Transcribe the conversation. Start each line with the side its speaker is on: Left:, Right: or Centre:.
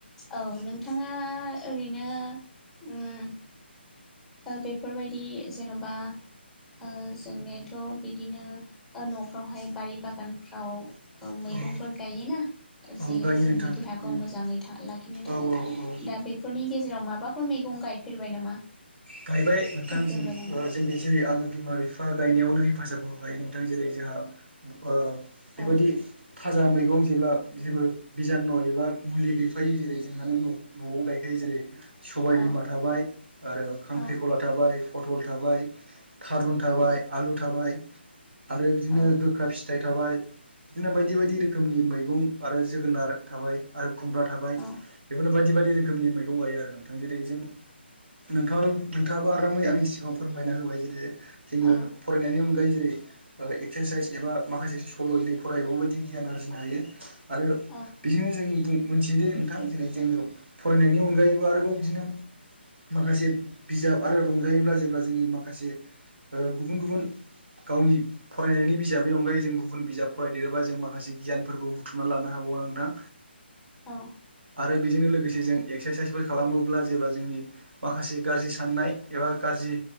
Centre: औ नोंथाङा ओरैनो उम ओ बेफोरबायदि जेन'बा ओ जोंनि थ' बिदिनो ओ न'फ्रावहाय बारि बागानफ्राव मैगंफोर
Right: औ
Centre: गायो ना जे
Right: औ गायो
Centre: जोंनि
Right: नोंथां
Centre: देहाखौ
Right: उम
Centre: मोजाङै था लाखिनो
Right: औ
Centre: थाखाय।
Right: औ औ
Centre: दा बेफोरनि गेजेराव माबाफोर मैगं गायफेरबाय नामा?
Right: गायबाय नोंथां
Centre: फोफेरबाय
Right: जों
Centre: नामा
Right: ओ जोंनि जेरै आङो बिमा बिफा गायनायावनो हेफाजाब हो बाय नोंथां जेरै जोंहा ओ बेबायदि
Centre: औ
Right: थाजा मै गं जेब्ला जेबो बिजाननु एबा मुलि गैफायै जेरै जोंहानो नख न'आव गायखायो जेरै सबाय
Centre: औ
Right: बिमा थाबाय आरो खांख्रिखला
Centre: औ
Right: थाबाय, पटल थाबाय, थारुन थाबाय,
Centre: औ
Right: आलु थाबाय आरो बिदिनो
Centre: औ
Right: गोखा फि थाइ थाबाय बिदिनो बायदि बायदि रोखोमनि मैगं आरो जोगोनार थाबाय आरो खुमब्रा थाबाय
Centre: औ
Right: बेफोरनो बायदि बायदि रोखोमनि मैगं गायो आरो नोंथां। जेरै जों नोंथां नोंथाङाबो आरामै आंनि सिगाङाव फोरमायना होबाय जेरै जोङो
Centre: औ
Right: फरायनायनि अनगायै जेरै ओ एक्सारसाइस एबा माखासे सल' <unintelligible> फरायोबा माबायदि गियान आरजिनो हायो आरो
Centre: औ
Right: बेजोंनो जों बुं मोनथियो दि नोंथां जेरै जोङो फरायनायनि अनगायैबो आरोबाव बिदिनो माखासे बिजाब आरो रंजायोब्ला जेब्ला जोंनि माखासे ओ गुबुन गुबुन गावनि फरायनायनि बिजाबनि अनगायै जों गुबुन बिजाब फरायदेरोबा जों माखासे गियानफोरखौ बुथुमनानै लानो हागौ। नोंथां
Centre: औ
Right: आरो बेजोंनो लोगोसे जों एक्सारसाइसफोर खालामोब्ला जेब्ला जोंनि माखासे गाज्रि साननाय एबा गाज्रि